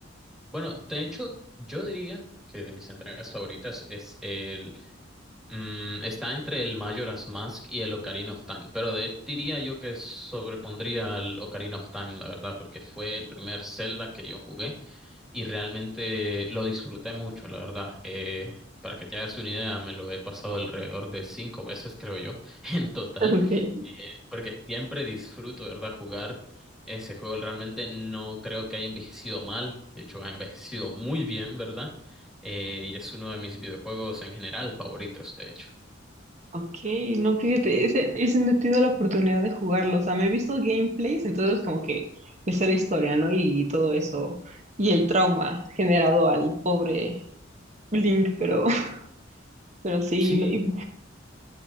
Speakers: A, in the centre; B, on the right (about 35°).
A: Bueno, de hecho, yo diría que de mis entregas favoritas es el... mm, está entre el Majora's Mask y el Ocarina of Time, pero de, diría yo que sobrepondría al Ocarina of Time, la verdad, porque fue el primer Zelda que yo jugué. y realmente lo disfruté mucho, la verdad. Eh, para que te hagas una idea, me lo he pasado alrededor de cinco veces, creo yo, <laughs> en total,
B: Okay.
A: eh, porque siempre disfruto, ¿verdad?, jugar ese juego. Realmente no creo que haya envejecido mal, de hecho, ha envejecido muy bien, ¿verdad? Eh, y es uno de mis videojuegos en general favoritos, de hecho.
B: Ok, no, fíjate, ese, ese no he tenido la oportunidad de jugarlo, o sea, me he visto gameplays, entonces como que está la historia, ¿no? Y, todo eso, y el trauma generado al pobre Link, pero, <laughs> pero sí,
A: Sí,
B: no, y